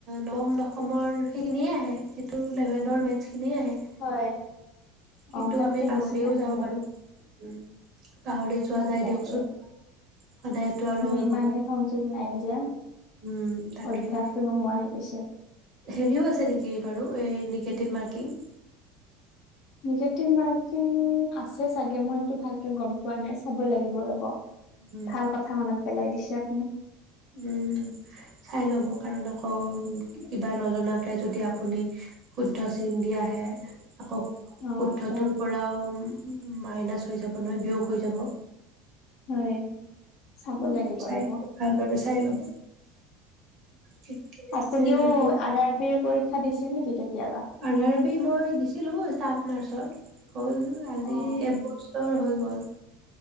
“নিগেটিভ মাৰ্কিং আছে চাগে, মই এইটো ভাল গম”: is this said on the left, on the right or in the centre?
Left